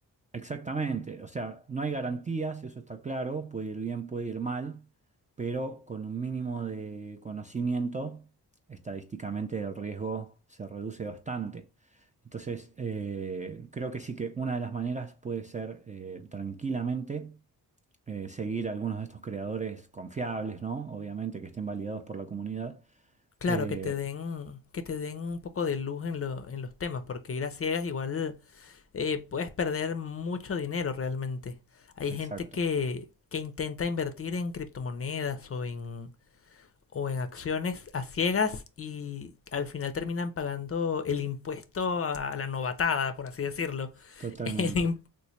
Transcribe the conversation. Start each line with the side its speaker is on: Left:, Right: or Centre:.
Right: Exactamente, o sea, no hay garantías, eso está claro, puede ir bien, puede ir mal, pero con un mínimo de conocimiento, estadísticamente el riesgo se reduce bastante. Entonces, eh, creo que sí que una de las maneras puede ser eh, tranquilamente eh, seguir a algunos de estos creadores confiables, ¿no? Obviamente que estén validados por la comunidad.
Left: Claro,
Right: Eh,
Left: que te den, que te den un poco de luz en lo- en los temas, porque ir a ciegas igual eh, puedes perder mucho dinero realmente. Hay
Right: exacto,
Left: gente que, que intenta invertir en criptomonedas o en, o en acciones a ciegas y al final terminan pagando el impuesto a la novatada, por así decirlo,
Right: totalmente.
Left: <laughs> el im-